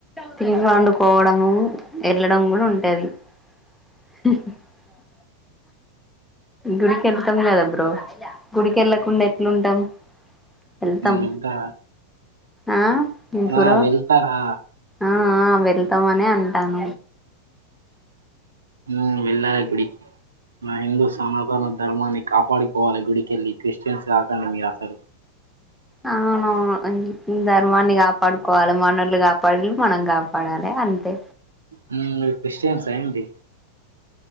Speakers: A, in the centre; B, on the right.
A: తిని పండుకోవడము ఎళ్ళడం కూడా ఉంటది <inaudible> గుడికెళ్తం కదా బ్రో గుడికి వెళ్ళకుండా ఎట్లుంటాం వెళ్తాం
B: వెళ్తా
A: ఆ ఇ బ్రో
B: ఆ వెళ్తారా
A: ఆ ఆ వెళ్తామ అని అంటనం
B: ఊ వెళ్ళాలే గుడికి నా హిందూస్ ధర్మాన్ని కాపాడుకోవాలి గుడికెళ్ళి క్రిస్టియన్స్ కాకండి మీరు అసలు
A: అవునవును ఈ ధర్మాన్ని కాపాడుకోవాలి మనలు కాపాడిలు మనం కాపాడాలే అంతే
B: ఉమ్ లే క్రిస్టియన్సా ఏంటి